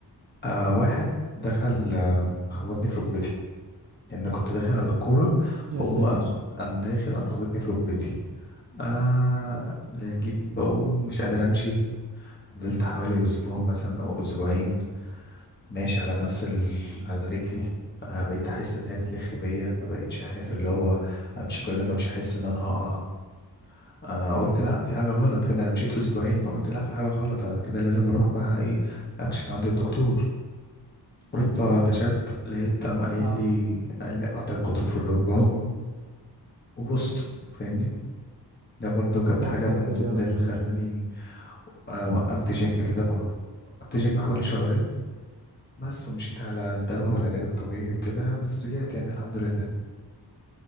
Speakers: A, on the left; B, on the right.
A: آه واحد دخل آه خبطني في ركبتي يعني أنا كنت داخل على الكورة
B: يا
A: وهو
B: ساتر
A: قام قام داخل قام خبطني في ركبتي آه لا جيت بقوم مش قادر أمشي فضلت حوالي أسبوع مثلا أو أسبوعين ماشي على نفس ال... على رجلي آه بقيت أحس إن هي بتلخ بيا ما بقيتش عارف اللي هو أمشي كل ما أمشي أحس إن أنا هقع آه قلت لا في حاجة غلط كده أنا مشيت أسبوعين قلت لا في حاجة غلط أنا كده لازم أروح بقى إيه أكشف عند الدكتور رحت كشفت لقيت قام قايل
B: اه
A: لي قال لي قطع في غضروف الركبة و- وبصت فاهمني ده برضو كانت
B: يا
A: حاجة
B: ساتر
A: من ضمن
B: يا رب
A: اللي خلاني آه، وقفت جيم كده ب- وقفت جيم حوالي شهرين بس ومشيت على الدواء والعلاج الطبيعي وكده بس رجعت يعني الحمد لله